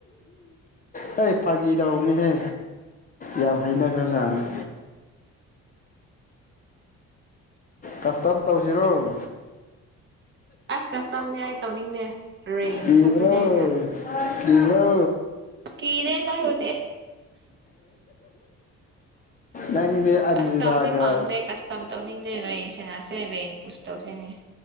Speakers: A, on the left; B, on the right.
A: ꯍ ꯐꯥꯒꯤ ꯇꯧꯕꯅꯤꯍꯦ ꯌꯥꯝ ꯍꯩꯅꯈ꯭ꯔꯖꯥꯅꯤ ꯀꯁꯇꯝ ꯇꯧꯁꯤꯔꯣ
B: ꯑꯁ ꯀꯁꯇꯝꯅꯦ ꯑꯩ ꯇꯧꯅꯤꯡꯗꯦ ꯔꯦꯡ
A: ꯀꯤꯕ꯭ꯔꯣ
B: ꯈꯛꯇꯅꯦ ꯑꯩꯅ
A: ꯀꯤꯕ꯭ꯔꯣ
B: ꯀꯤꯔꯦ ꯅꯣꯏꯕꯨꯗꯤ
A: ꯅꯪꯗꯤ ꯑꯟꯖꯤꯂꯥꯒ
B: ꯀꯁꯇꯝꯗꯤ ꯄꯥꯝꯗꯦ ꯀꯁꯇꯝ ꯇꯧꯅꯤꯡꯗꯦ ꯔꯦꯡ ꯁꯦꯟꯅꯁꯦ ꯔꯦꯡ ꯄꯨꯁ ꯇꯧꯁꯤꯅꯦ